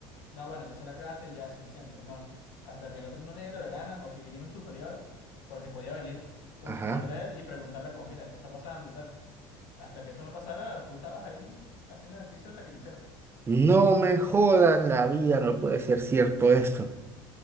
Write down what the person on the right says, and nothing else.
Ajá.
No me jodas la vida, no puede ser cierto esto.